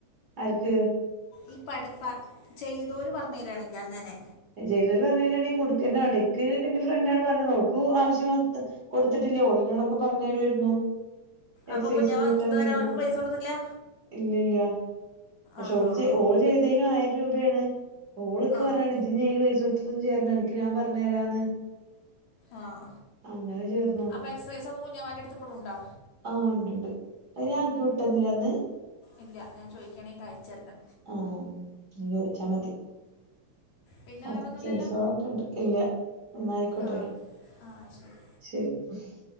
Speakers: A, on the right; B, on the left.
A: ആക്ക്
B: ഈ പ ചെയ്തവര് പറഞ്ഞു തരിയാണെക്ക് അങ്ങനെ
A: ജ്ദൂര് പറഞ്ഞ കഴഞ്ഞാണെങ്ക കൊടുക്കന്നണ്ടക്ക് എന്റെ ഫ്രണ്ട്ാണ്ണ് പറഞ്ഞത് നർക്കും ആവശ്യം കൊടുത്തിട്ടില്ലേ ഉള്ളിനോടൊക്കെ പറഞ്ഞ തരുമായിരുന്നു എക്സസൈസും
B: അപ്പോൾ കുഞ്ഞമ്മ
A: വിട്ടന്നന്നു
B: ഇതുവരെ അവർക്ക് പൈസ കൊടുത്തില്ല
A: ഇല്ലല്ല പക്ഷെ
B: ആ
A: ഓള് ഓള് ചെയ്തതിനും ആയിരം രൂപയാണ് ഓളൊക്കെ
B: ആഹ്
A: പറയാണ് ഇജി ൽ പൈസ കൊടുത്തതും ചെയ്യരണ്ട എനി ഞാ പറഞ്ഞഞ്രാന്ന്
B: ആഹ
A: അങ്ങനെ ചേർന്നോ
B: അപ്പ എക്സ ഒൻന്റെ എടുപ്പൊുംുണ്ടോ
A: ആഹ് ഉണ്ട് ഉണ്ട് അ ഞ എക്ക് വിട്ടന്നില്ലന്ന്
B: ഇല്ല ഞാൻ ചോദിക്കുകയാണെങ്കിൽ കഴിച്ചിര
A: ആഹ ചോദിച്ചാൽ മതി
B: പിന്നെ
A: <unintelligible>
B: വേറൊന്നുല്ലല്ലോ
A: ഇല്ല എന്നായിക്കോട്ടെ
B: ആഹ് ആഹ് ശരി
A: ശരി <inaudible>